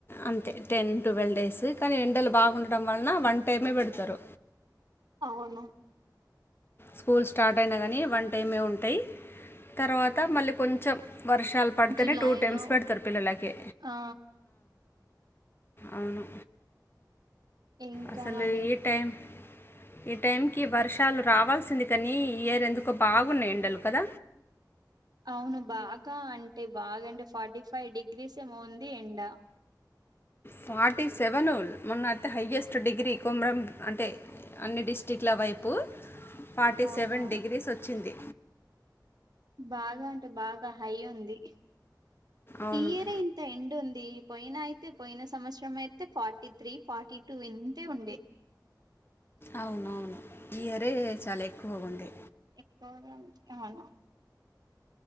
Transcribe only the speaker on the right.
అవును
జులై
లో
ఆ
ఇంకా
మరి
అవును బాగా అంటే బాగా అంటే ఫార్టీ ఫైవ్ డిగ్రీస్ ఏమోవుంది ఎండ
అవును
బాగా అంటే బాగా హై ఉంది
ఈయర్ ఇంత ఎం ఉంది పోయిన అయితే పోయిన సంవత్సరం అయితే ఫార్టీ త్రీ ఫార్టీ టూ ఇంతే ఉండే
ఎకువ అవునా